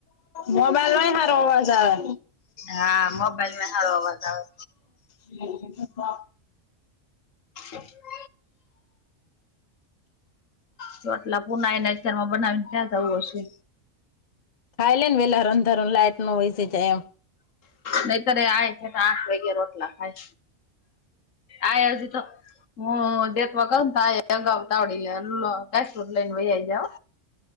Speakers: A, on the left; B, on the left.
A: મોબાઈલમાં સારો અવાજ આવે.
B: હા મોબાઈલ હારો અવાજ આવે
A: એ <unintelligible>
B: અ <unintelligible> તો આટલા પુના એને અત્યારમાં બનાવીને ત્યાં જવું હશે.
A: ખાઈ લેને વેલા રણધારણ લાઈટ નો હોય છે એમ.
B: નહી તરે આય છે તો આઠ વાગે રોટલા ખાય આય હજી તો હુ દેશમા કંપાએ તો એગ આવ આવડી લો કસપોટ લઈનમાં જાવ.